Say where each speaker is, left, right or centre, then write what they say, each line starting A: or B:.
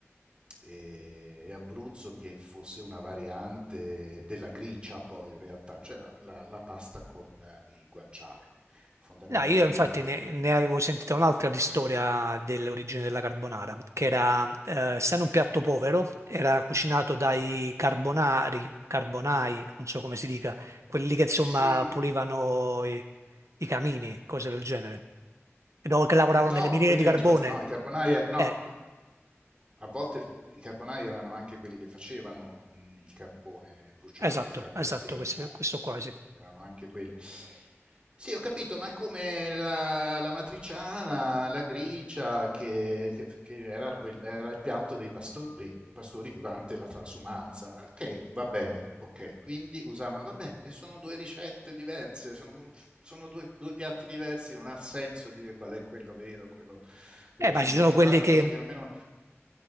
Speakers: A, on the right; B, on the right.
A: e, e Abruzzo che fosse una variante della gricia poi in realtà, cioè la, la- la pasta con eh, il guanciale, fondamentalmente.
B: No, io infatti ne, ne avevo sentita un'altra di storia dell'origine della carbonara, che era, eh, essendo un piatto povero, era cucinato dai carbonari, carbonai, non so come si dica, quelli lì che insomma
A: Sì,
B: pulivano i, i camini, cose del genere, che no- che lavoravano
A: no,
B: nelle miniere
A: quelli
B: di
A: erano
B: carbone.
A: spazzati, no, i carbonara, no,
B: Eh,
A: A volte i carbonai erano anche quelli che facevano, mhmm, il carbone bruciando
B: esatto,
A: il carbone
B: esatto,
A: di legna.
B: questo, questo qua, sì.
A: Erano anche quelli. Sì, ho capito, ma è come la la matriciana, la gricia che che f che era quel era il piatto dei pastori, i pastori durante la transumanza. Okay, va bene, okay. Quindi usava vabbè, e sono 2 ricette diverse, sono sono 2 2 piatti diversi, non ha senso dire qual è quello vero, quello quello
B: Eh, ma
A: finto.
B: ci sono
A: Poi
B: quelli
A: tra l'altro
B: che,
A: la cosa che a me no